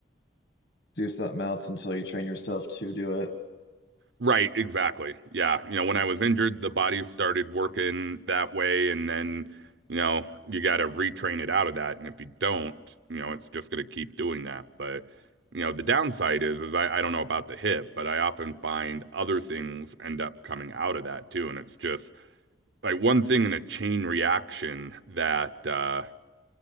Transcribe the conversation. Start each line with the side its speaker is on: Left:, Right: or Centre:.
Left: do something else until you train yourself to do it.
Right: Right, exactly. Yeah. You know, when I was injured, the body started working that way, and then, you know, you got to retrain it out of that. And if you don't, you know, it's just going to keep doing that. But, you know, the downside is, is I, I don't know about the hip, but I often find other things end up coming out of that too. And it's just like one thing in a chain reaction that, uh,